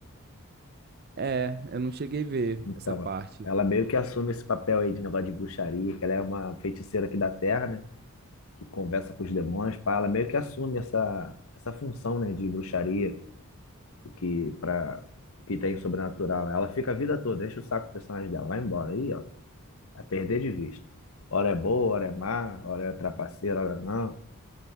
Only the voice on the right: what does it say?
É, eu não cheguei a ver
essa parte.